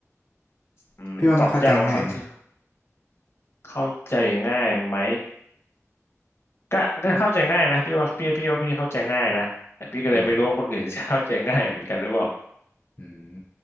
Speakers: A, on the left; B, on the left.
A: อืมตอบยากว่าเขาจะ
B: พี่ว่ามันเข้าใจง่ายไหม
A: เข้าใจง่ายไหม ก็ก็เข้าใจง่ายนะพี่ว่าพี่พี่ว่าพี่เข้าใจง่ายนะแต่พี่ก็เลยไม่รู้ว่าคนอื่น
B: อืม
A: <laughs> จะเข้าใจง่ายเหมือนกันหรือเปล่า
B: อืม